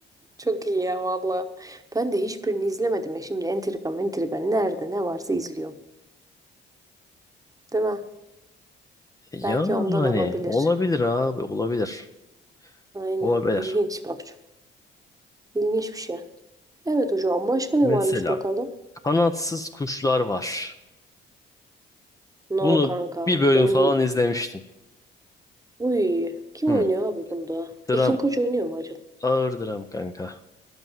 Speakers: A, on the right (about 15°); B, on the left (about 15°).
A: Çok iyi ya valla. Ben de hiçbirini izlemedim ya. Şimdi entrika entrika nerede ne varsa izliyorum. Değil mi?
B: Yani
A: Belki ondan olabilir.
B: olabilir abi olabilir.
A: Aynen
B: Olabilir.
A: ilginç babacığım. İlginç bir şey. Evet hocam başka ne
B: Mesela
A: varmış bakalım?
B: kanatsız kuşlar var.
A: No
B: Bunu
A: kanka.
B: bir bölüm
A: Benim
B: falan izlemiştim.
A: Uy, kim
B: Hı.
A: oynuyor abi bunda?
B: Dram
A: Ekin Koç oynuyor mu acaba?
B: ağır dram kanka.